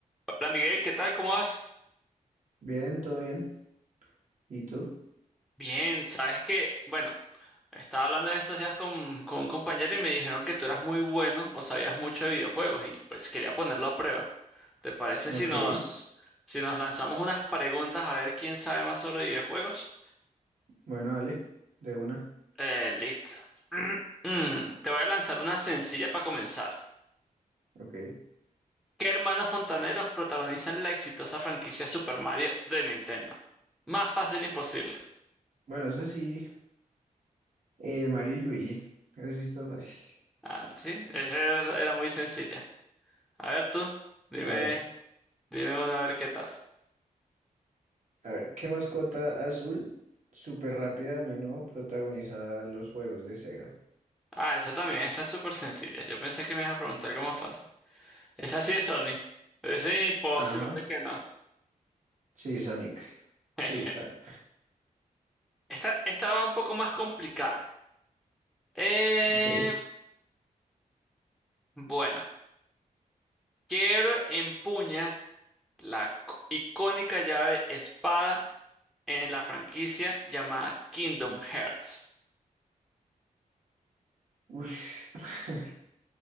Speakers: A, in the centre; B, on the right.
A: Hola Miguel, ¿qué tal? ¿Cómo vas?
B: Bien, todo bien. ¿Y tú?
A: Bien, sabes que, bueno, estaba hablando en estos días con, con un compañero y me dijeron que tú eras muy bueno o sabías mucho de videojuegos y pues quería ponerlo a prueba. ¿Te parece
B: Ok,
A: si nos, si nos lanzamos unas preguntas a ver quién sabe más sobre videojuegos?
B: bueno, dale, de una.
A: Eh, listo. <clears throat> Te voy a lanzar una sencilla para comenzar.
B: Ok.
A: ¿Qué hermanos fontaneros protagonizan la exitosa franquicia Super Mario de Nintendo? Más fácil imposible.
B: Bueno, eso sí, eh, Mario y Luigi. Eso sí está fácil.
A: Ah, sí, esa era era muy sencilla. A ver tú, dime,
B: A ver,
A: dime una a ver qué tal.
B: a ver, ¿qué mascota azul súper rápida a menudo protagoniza los juegos de Sega?
A: Ah, esa también está súper sencilla. Yo pensé que me ibas a preguntar algo más fácil. Esa sí es Sony. Pero es imposible
B: Ajá,
A: que no.
B: sí, Sonic.
A: <laughs>
B: Sí, claro.
A: Esta, esta va un poco más complicada. Eh,
B: Ok.
A: bueno, ¿qué héroe empuña la co- icónica llave espada en la franquicia llamada Kingdom Hearts?
B: Ush. <laughs>